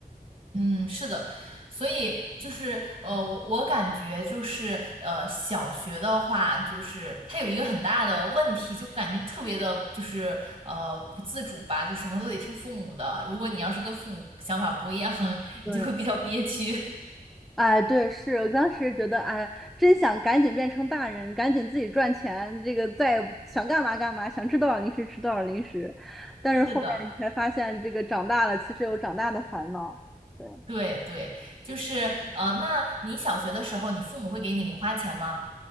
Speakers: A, on the right; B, in the centre.
A: 嗯，是的，所以就是呃，我我感觉就是呃，小学的话，就是它有一个很大的问题，就感觉特别的，就是呃不自主吧，就什么都得听父母的。如果你要是跟父母想法不一样，<laughs> 你就会比较憋屈。
B: 对。
A: <laughs>
B: 哎，对，是我当时觉得，哎，真想赶紧变成大人，赶紧自己赚钱，这个再想干嘛干嘛，想吃多少零食吃多少零食。但是后面你才发现，
A: 是的，
B: 这个长大了其实有长大的烦恼。对
A: 对对，就是呃，那你小学的时候，你父母会给你零花钱吗？